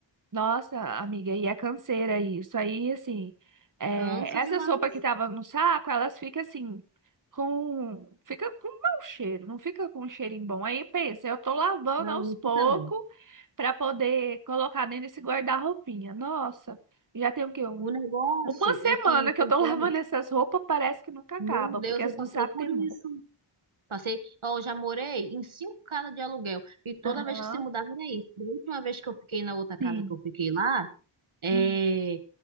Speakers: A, on the right; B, on the right.
A: Nossa, amiga, e é canseira isso. Aí, assim, é,
B: Cansa
A: essa
B: demais.
A: sopa que tava no saco, elas ficam assim, com. Fica com mau cheiro, não fica com um cheirinho bom. Aí pensa, eu tô lavando
B: Não,
A: aos
B: não
A: poucos
B: fica não.
A: pra poder colocar dentro desse guarda-roupinha. Nossa, já tem o quê? Um,
B: O negócio
A: uma semana
B: é que
A: que
B: conforme,
A: eu tô <laughs> lavando essas roupas, parece que nunca
B: meu
A: acaba,
B: Deus,
A: porque as
B: eu passei
A: do saco
B: por
A: tem muito.
B: isso. Passei, ó, eu já morei em cinco casas de aluguel e toda
A: Aham,
B: vez que se mudava era isso. Da última vez que eu fiquei na outra casa
A: sim.
B: que eu fiquei lá, eh,
A: Hum,